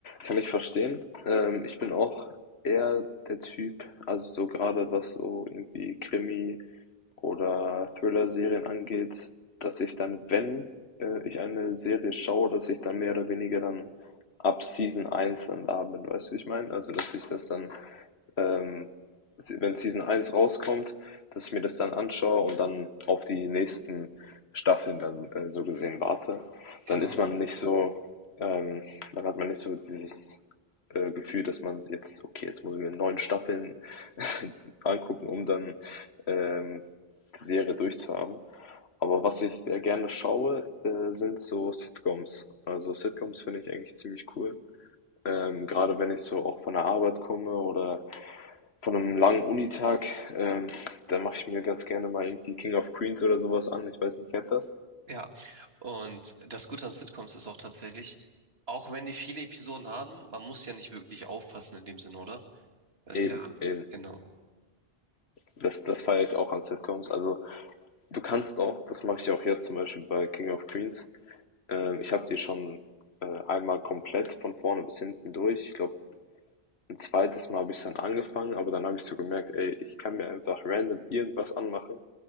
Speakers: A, on the left; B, on the right.
A: kann ich verstehen. Ähm, ich bin auch eher der Typ, also so gerade was so irgendwie Krimi oder Thriller-Serien angeht, dass ich dann, wenn äh, ich eine Serie schaue, dass ich dann mehr oder weniger dann ab Season eins dann da bin, weißt du, wie ich meine? Also, dass ich das dann, ähm, se- wenn Season eins rauskommt, dass ich mir das dann anschaue und dann auf die nächsten Staffeln dann äh, so gesehen warte.
B: Genau.
A: Dann ist man nicht so. ähm, dann hat man nicht so dieses äh, Gefühl, dass man jetzt, okay, jetzt muss ich mir neun Staffeln <laughs> angucken, um dann ähm, die Serie durchzuhaben. Aber was ich sehr gerne schaue, äh, sind so Sitcoms. Also Sitcoms finde ich eigentlich ziemlich cool. Ähm, gerade wenn ich so auch von der Arbeit komme oder von einem langen Unitag, ähm, dann mache ich mir ganz gerne mal irgendwie King of Queens oder sowas an. Ich weiß nicht, kennst du das?
B: Ja, und das Gute an Sitcoms ist auch tatsächlich, auch wenn die viele Episoden haben, man muss ja nicht wirklich aufpassen in dem Sinne, oder? Das
A: Eben,
B: ist ja,
A: eben.
B: genau.
A: Das, das feiere ich auch an Sitcoms. Also Du kannst auch, das mache ich auch jetzt zum Beispiel bei King of Queens. Äh, ich habe die schon äh, einmal komplett von vorne bis hinten durch. Ich glaube, ein zweites Mal habe ich dann angefangen, aber dann habe ich so gemerkt, ey, ich kann mir einfach random irgendwas anmachen